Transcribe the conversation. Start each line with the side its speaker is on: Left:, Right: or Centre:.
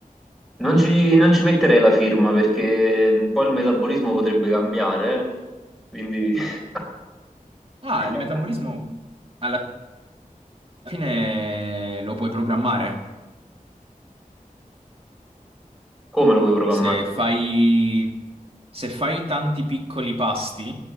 Centre: Non ci, non ci metterei la firma perché un po' il metabolismo potrebbe cambiare, eh. quindi <laughs>
Right: Ah,
Centre: diciamo,
Right: il metabolismo alla fine lo puoi programmare.
Centre: come lo puoi programmare?
Right: Se fai, se fai tanti piccoli pasti,